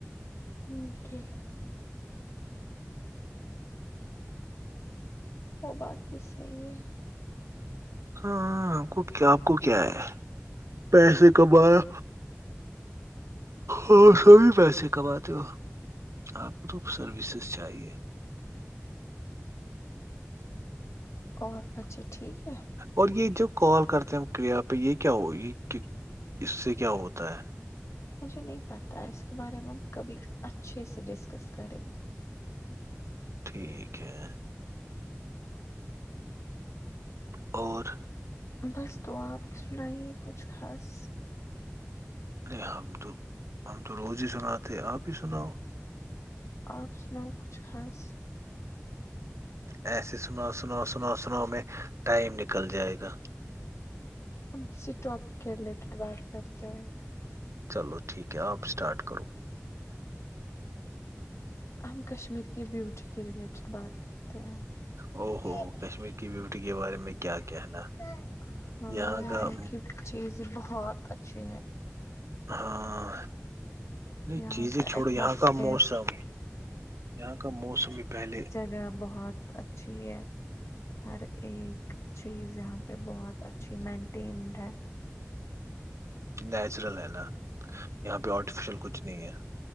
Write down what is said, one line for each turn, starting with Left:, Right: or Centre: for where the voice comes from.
Left: جکھر <unintelligible> وہ بات بھی صحیح ہے
Right: ہاں آ کو کیا آپ کو کیا ہے <unintelligible> پیسے کمایا اور س بھی پیسے کماتے ہو آپ کو تو سروسز چاہیے
Left: اور اچھا ٹھیک ہے
Right: اور یہ جوب کال کرتے ہیں ہم کریا پہ یہ کیا ہو یہ اس سے کیا ہوتا ہے
Left: مجھے نہیں پتا ہے اس کے بارے میں ہم کبھی اچھے سے ڈسکس کریں گے
Right: ٹھیک ہے اور <inaudible>
Left: بس تو آپ ہی سنائیے کچھ خاص
Right: نہیں ہم تو ہم تو روز ہی سناتے آپ ہی سناؤ
Left: آپ سناؤ کچھ خاص <unintelligible>
Right: ایسے سناؤ سناؤ سناو سنو میں ٹائم نکل جائے گا
Left: ہم کسی ٹاپک کے ریلیٹڈ بات کرتے ہیں
Right: چلو ٹھیک ہے آپ اسٹارٹ کرو
Left: ہم کشمیر کی بیوٹی کے ریلیٹیڈ بات کرتے ہیں
Right: او
Left: <unintelligible>
Right: ہو کشمیر کی بیوٹی کے بارے میں کیا کہنا
Left: ج ہاں
Right: یہاں کا
Left: <unintelligible> چیز بہت اچھی ہے
Right: ہاں نہیں
Left: یہاں
Right: چیزیں
Left: کا
Right: چھوڑو
Left: ایٹماسفیئر
Right: یہاں کا موسم یہاں کا موسم ہی پہلے
Left: ج بہت اچھی ہے ہر ایک چیز یہاں پہ بہت اچھی مینٹینڈ ہے
Right: نیچرل ہے نا <unintelligible> یہاں پہ آرٹیفیشیل کچھ نہیں ہے